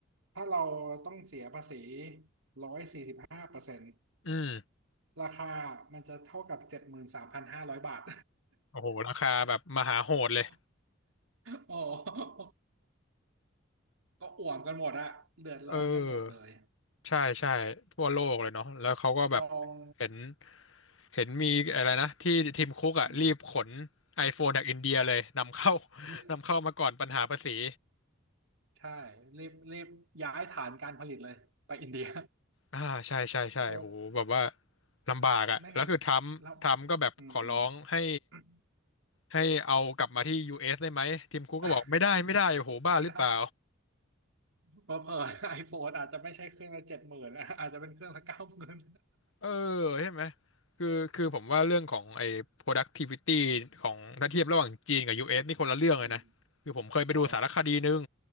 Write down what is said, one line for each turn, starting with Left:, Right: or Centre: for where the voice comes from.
Right: ถ้าเราต้องเสียภาษีร้อยสี่สิบห้าเปอร์เซ็นต์
Left: อืม
Right: ราคามันจะเท่ากับเจ็ดหมื่นสามพันห้าร้อยบาท
Left: โอ้โหราคาแบบมหาโหดเลย
Right: <laughs> โอ้โหก็อ่วมกันหมดอะเดือดร้อนกันหมดเลย
Left: เออใช่ใช่ทั่วโลกเลยเนาะแล้วเขาก็แบบ
Right: ลอง
Left: เห็นเห็นมีอะไรนะที่ทีมคุกอ่ะรีบขน
Right: อืม
Left: iPhone จากอินเดียเลยนำเข้า <laughs>
Right: เล
Left: นำเข้ามาก่อนปัญหาภาษี
Right: ใช่ รีบรีบย้ายฐานการผลิตเลย ไปอินเดีย
Left: อ่าใช่ใช่ใช่โหแบบว่า
Right: <laughs> โอ้
Left: ลำบากอ่ะแล้วคือทรัมป์ทรัมป์ก็แบบขอร้องให้
Right: ไม่งั้นเรา อืมอืม <laughs>
Left: ให้เอากลับมาที่ US ได้ไหมทีมคุกก็บอกไม่ได้ไม่ได้โอ้โหบ้าหรือเปล่า
Right: อ่ะไม่ได้เพราะเผื่อไอโฟนอาจจะไม่ใช่เครื่องละเจ็ดหมื่นอาจจะเป็นเครื่องละเก้าหมื่น
Left: เออใช่ไหมคือคือผมว่าเรื่องของไอ้ productivity ของถ้าเทียบระหว่างจีนกับ US นี่คนละเรื่องเลยนะคือผมเคยไปดูสารคดีหนึ่ง
Right: <laughs> อืมโห